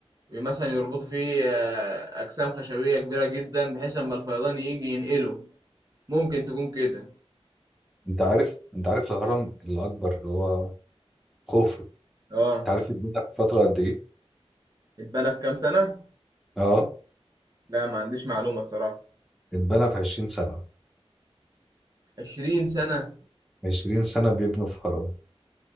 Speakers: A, on the right; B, in the centre.
A: مثلا يربطوا فيه آه، أجسام خشبية كبيرة جدا بحيث أما الفيضان يجي ينقله ممكن تكون كده
B: انت عارف انت عارف الهرم الاكبر اللي هو خوفو
A: اه
B: انت عارف اتبنى في فترة قد ايه
A: اتبنى في كام سنة؟
B: اه
A: لا ما عنديش معلومة الصراحة
B: اتبنى في 20 سنة
A: عشرين سنة
B: 20 سنة بيبنوا في هرم